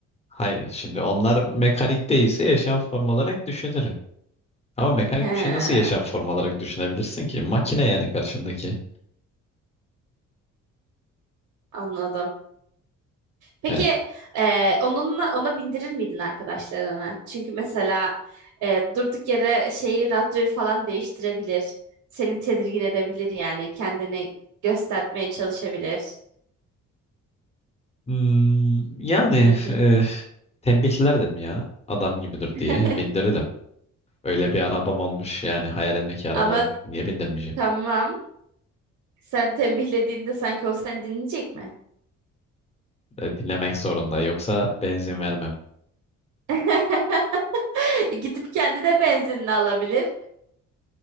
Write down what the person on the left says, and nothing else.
Hayır şimdi onlar mekanik değilse yaşam formu olarak düşünürüm. Ama mekanik
bir şey nasıl yaşam formu olarak düşünebilirsin ki? Makine yani karşındaki.
E,
Hmm, yani
e, tembihlerdim ya adam gibidir
diye bindirirdim. Öyle bir arabam olmuş yani hayalimdeki araba
olmuş. Niye bindirmeyeceğim?
E, dinlemek zorunda yoksa benzin vermem.